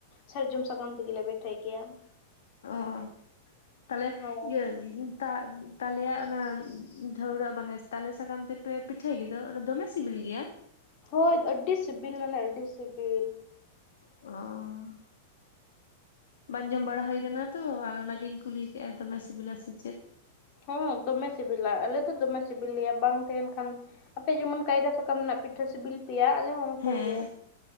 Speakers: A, on the left (about 50°); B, on the left (about 80°).
A: ᱥᱟᱨᱡᱚᱢ ᱥᱟᱠᱟᱢ ᱛᱮᱜᱮ ᱞᱮ ᱯᱤᱴᱷᱟᱹᱭ ᱜᱮᱭᱟ ᱾
B: ᱚ ᱛᱟᱦᱚᱞᱮ
A: ᱚ
B: ᱤᱭᱟᱹ ᱛᱟ ᱛᱟᱞᱮᱭᱟᱜ ᱚᱱᱟ ᱫᱷᱟᱹᱣᱲᱟᱹᱜ ᱢᱟᱱᱮ ᱛᱟᱞᱮ ᱥᱟᱠᱟᱢ ᱛᱮᱯᱮ ᱯᱤᱴᱷᱟᱹᱭ ᱜᱤᱫᱟ ᱚᱱᱟ ᱫᱚᱢᱮ ᱥᱤᱵᱤᱞ ᱜᱮᱭᱟ
A: ᱦᱳᱭ ᱟᱹᱰᱤ ᱥᱤᱵᱤᱞ ᱢᱟᱱᱮ ᱟᱹᱰᱤ ᱥᱤᱵᱤᱞ
B: ᱚᱸ ᱵᱟᱝ ᱡᱚᱢ ᱵᱟᱲᱟ ᱦᱩᱭ ᱟᱠᱟᱱᱟ ᱛᱚ ᱟᱫᱚ ᱚᱱᱟᱜᱤᱧ ᱠᱩᱞᱤ ᱠᱮᱫᱼᱟ ᱫᱚᱢᱮ ᱥᱤᱵᱤᱞᱟ ᱥᱮ ᱪᱮᱫ
A: ᱦᱚᱸ ᱫᱚᱢᱮ ᱥᱤᱵᱤᱞᱟ ᱟᱞᱮ ᱫᱚ ᱫᱚᱢᱮ ᱥᱤᱵᱤᱞᱮᱭᱟ ᱵᱟᱝ ᱛᱟᱦᱮᱱ ᱠᱷᱟᱱ ᱟᱯᱮ ᱡᱮᱢᱚᱱ ᱠᱟᱭᱫᱟ ᱥᱟᱠᱟᱢ ᱨᱮᱱᱟᱜ ᱯᱤᱴᱷᱟᱹ ᱥᱤᱵᱤᱞ ᱯᱮᱭᱟ ᱟᱞᱮ ᱦᱚᱸ ᱚᱱᱠᱟ
B: ᱦᱮᱸ
A: ᱜᱮ᱾